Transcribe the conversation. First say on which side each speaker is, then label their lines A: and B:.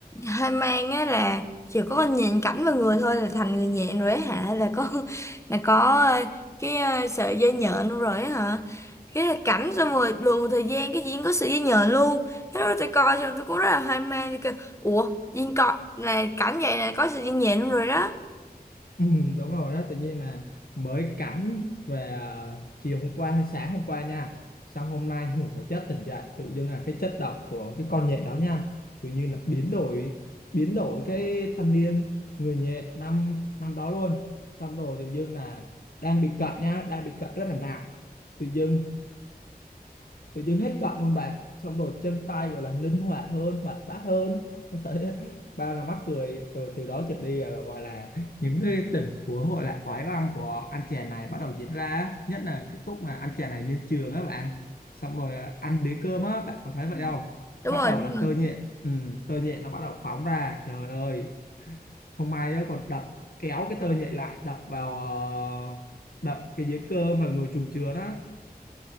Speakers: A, on the left (about 15°); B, on the left (about 65°).
A: hơi mang á là chỉ có con nhìn cảnh vào người thôi là thành người nhện rồi á hả là có <laughs> là có ờ, cái ờ, sợi dây nhện luôn rồi á hả cái là cảnh xong rồi đùa một thời gian cái diễn có sợi dây nhện luôn thế lúc đó tôi coi xong tôi cũng rất là hoang mang tôi kêu ủa diễn coi là cảnh vậy là có sợi dây nhện luôn rồi đó
B: Ừ, đúng rồi á tự nhiên là mới cắm về à, chiều hôm qua hay sáng hôm qua nha xong hôm nay ngủ một giấc tỉnh dậy tự dưng là cái chất độc của cái con nhện đó nha tự nhiên là biến đổi biến đổi cái thanh niên người nhện năm năm đó luôn xong rồi tự dưng là đang bị cận nha đang bị cận rất là nặng tự dưng tự dưng hết cận luôn bạn xong rồi chân tay gọi là linh hoạt hơn hoạt bát hơn <laughs> tôi thấy bao là mắc cười từ từ đó trở đi là gọi là những cái tình huống gọi là oái oăm của anh chàng này bắt đầu diễn ra nhất là cái khúc mà anh chàng này lên trường á bạn xong rồi à, ăn đĩa cơm á bạn có thấy vậy
A: Ừ.
B: không
A: đúng
B: bắt
A: rồi
B: đầu
A: đúng
B: là
A: rồi
B: tơ nhện ừ, tơ nhện nó bắt đầu phóng ra trời ơi không may á còn đập kéo cái tơ nhện lại đập vào ờ, đập cái dĩa cơm và người trùng chứa đó